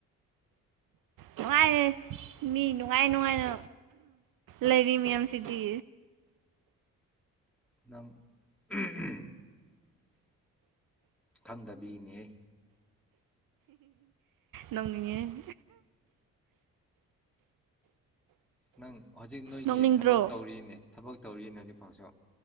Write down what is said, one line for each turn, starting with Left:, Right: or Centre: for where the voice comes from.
Right: ꯅꯨꯉꯥꯌꯦ ꯃꯤ ꯅꯨꯡꯉꯥꯏ ꯅꯨꯡꯉꯥꯏꯅ ꯂꯩꯔꯤ ꯃꯌꯥꯝꯁꯤꯗꯤ
Centre: <unintelligible> ꯈꯪꯗꯕꯒꯤꯅꯤꯍꯦ
Right: ꯅꯣꯡꯅꯤꯉꯦ
Centre: ꯅꯪ ꯍꯧꯖꯤꯛ ꯅꯣꯏꯒꯤ
Right: ꯅꯣꯛꯅꯤꯡꯗ꯭ꯔꯣ
Centre: ꯊꯕꯛ ꯇꯧꯔꯤꯅꯦ ꯊꯕꯛ ꯇꯧꯔꯤꯅꯦ ꯍꯧꯖꯤꯛꯐꯥꯎꯁꯨ